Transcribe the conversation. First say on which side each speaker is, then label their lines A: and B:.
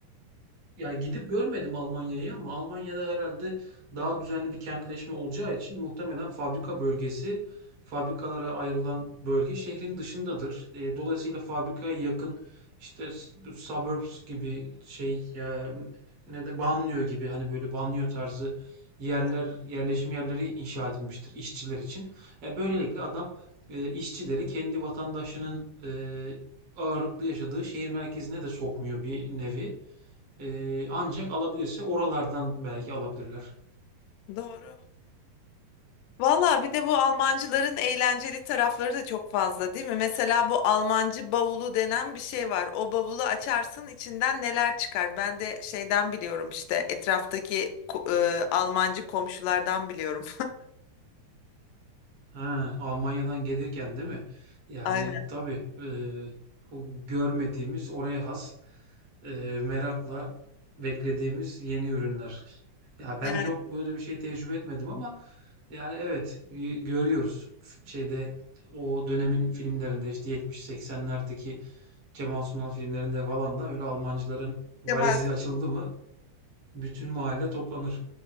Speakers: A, on the right (about 60°); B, on the left (about 85°).
A: Ya gidip görmedim Almanya'yı ama Almanya'da herhalde daha düzenli bir kentleşme olacağı için muhtemelen fabrika bölgesi, fabrikalara ayrılan bölge şehrin dışındadır. E, dolayısıyla fabrikaya yakın işte s- bu suburbs gibi şey ya ne de banliyö gibi hani böyle banliyö tarzı yerler,
B: Aha.
A: yerleşim yerleri inşa edilmiştir işçiler için. E, böylelikle adam e, işçileri kendi vatandaşının e, ağırlıklı yaşadığı şehir merkezine de sokmuyor bir nevi. Ee, ancak alabilirse oralardan belki alabilirler.
B: Doğru. Valla bir de bu Almancıların eğlenceli tarafları da çok fazla değil mi? Mesela bu Almancı bavulu denen bir şey var. O bavulu açarsın içinden neler çıkar? Ben de şeyden biliyorum işte etraftaki ko- e, Almancı komşulardan biliyorum.
A: Ha, Almanya'dan gelirken değil mi? Yani
B: <laughs> Aynen.
A: tabii eee, o görmediğimiz oraya has eee, merakla beklediğimiz yeni ürünler. Ya ben
B: Yani
A: çok böyle bir şey tecrübe etmedim ama yani evet y- görüyoruz F- şeyde o dönemin filmlerinde işte 70-80'lerdeki Kemal Sunal filmlerinde falan da böyle Almancıların valizi
B: Kemal
A: açıldı mı bütün mahalle toplanır.